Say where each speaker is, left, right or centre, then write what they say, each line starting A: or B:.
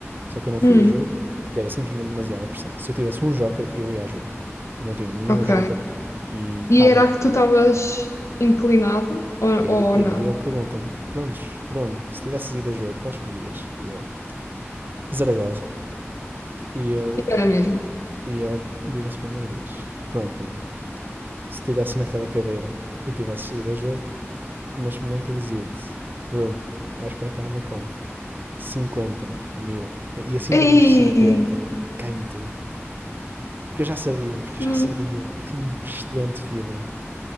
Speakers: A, on the right; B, on the left.
A: só que eu não
B: Hum,
A: fui a jogo porque era simplesmente demasiada pressão. Se eu tivesse um joker, eu ia a jogo. Eu não tinha nenhum
B: ok.
A: joker e estava
B: E era a que tu estavas inclinado ou,
A: E aí,
B: ou
A: e
B: não?
A: aí ele pergunta-me: Prontos, Bruno, se tivesses ido a jogo, qual escolhias? E eu: Zaragoza. E ele,
B: Era mesmo.
A: e ele vira-se para mim e diz: Pronto, Bruno, se estivesses naquela cadeira e tivesses ido a jogo, neste momento eu dizia-te: Bruno, vais para casa com cinquenta mil. E assim que
B: Ei,
A: ele diz 50 cai-me tudo. Porque eu já sabia, porque
B: hum,
A: eu já sabia. Eu tinha um excelente feeling.